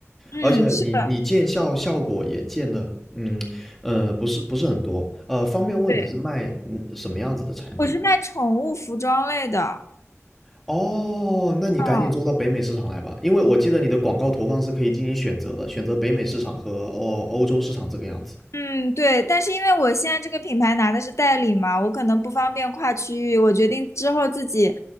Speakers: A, on the left; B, in the centre.
A: 嗯，
B: 而且你你见效效果也见的，
A: 是的，
B: 嗯呃，不是不是很多，呃，方便问你是卖嗯什么样子的产品？
A: 对，我是卖宠物服装类的。
B: 哦，那你赶紧做到北美市场来吧，
A: 嗯
B: 因为我记得你的广告投放是可以进行选择的，选择北美市场和欧欧洲市场这个样子。
A: 嗯，对，但是因为我现在这个品牌拿的是代理嘛，我可能不方便跨区域，我决定之后自己